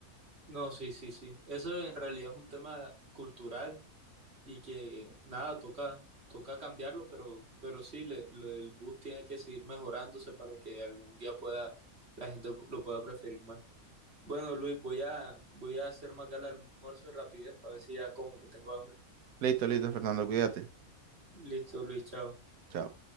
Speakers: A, on the right; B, on the right.
A: No, sí, sí, sí. Eso en realidad es un tema cultural y que nada, toca, toca cambiarlo, pero, pero sí, le, lo del bus tiene que seguir mejorándose para que algún día pueda, la gente lo pueda preferir más. Bueno, Luis, voy a, voy a hacerme acá el almuerzo de rapidez para ver si ya como que tengo hambre.
B: Listo, listo, Fernando, cuídate.
A: Listo, Luis, chao.
B: Chao.